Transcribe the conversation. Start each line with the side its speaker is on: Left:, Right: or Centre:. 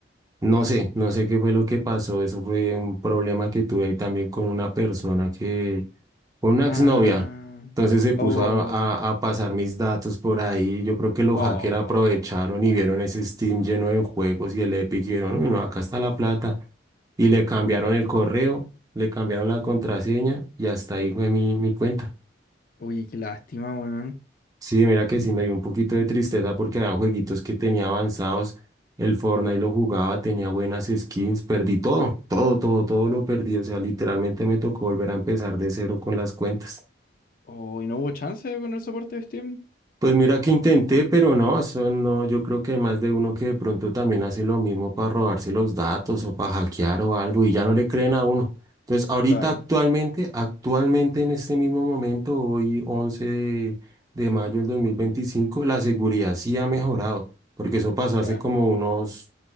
Right: no sé, no sé qué fue lo que pasó, eso fue un problema que tuve ahí también con una persona que con una
Left: Ah,
Right: exnovia. Entonces se puso
Left: oh,
Right: a, a- a pasar mis datos por ahí. Yo creo que los
Left: oh.
Right: hackers aprovecharon y vieron ese Steam lleno de juegos y el Epic y vieron, "Uy, no, acá está la plata. Y le cambiaron el correo, le cambiaron la contraseña y hasta ahí fue mi, mi cuenta.
Left: Oye, qué lástima, weón.
Right: Sí, mira que sí me dio un poquito de tristeza porque eran jueguitos que tenía avanzados. El Fortnite lo jugaba, tenía buenas skins, perdí todo, todo, todo, todo lo perdí. O sea, literalmente me tocó volver a empezar de cero con las cuentas.
Left: Oh, ¿y no hubo chance con el soporte de Steam?
Right: Pues mira que intenté, pero no, eso no, yo creo que hay más de uno que de pronto también hace lo mismo para robarse los datos o para hackear o algo y ya no le creen a uno. Entonces, ahorita
Left: Claro,
Right: actualmente, actualmente en este mismo momento, hoy 11 de, de mayo del 2025 la seguridad sí ha mejorado, porque eso pasó
Left: ya.
Right: hace como unos